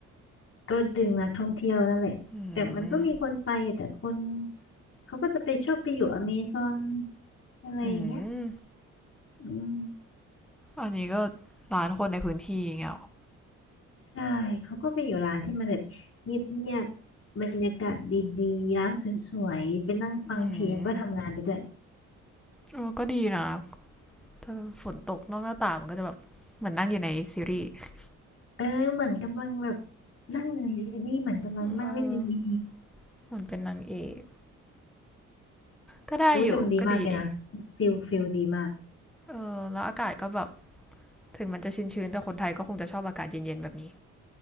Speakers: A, on the left (about 45°); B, in the centre.
A: ก็ดึงนักท่องเที่ยวนั่นแหละแต่มันก็มีคนไปแต่คน
B: อืม
A: เขาก็จะไปชอบไปอยู่อเมซอนอะไรอย่างเงี้ย
B: อืม
A: อืม
B: อันนี้ก็ร้านคนในพื้นที่อย่างเงี้ยหรอ
A: ใช่เขาก็ไปอยู่ร้านที่มันแบบเงียบๆบรรยากาศดีๆร้านสวยๆไปนั่งฟังเพลงก็ทำงานไปด้วย
B: อืมเออก็ดีนะถ้าฝนตกนอกหน้าต่างมันก็จะแบบเหมือนนั่งอยู่ในซีรีส์
A: เออเหมือนกำลังแบบนั่งอยู่ในซีรีส์เหมือนกำลังนั่งเล่นเอ็มวี
B: เออเหมือนเป็นนางเอก ก็ได้อยู่ก็ดีนี่
A: โอ้ยแต่มันดีมากเลยนะฟิลฟิลดีมาก
B: เออแล้วอากาศก็แบบถึงมันจะชื้นๆแต่คนไทยก็คงจะชอบอากาศเย็นๆแบบนี้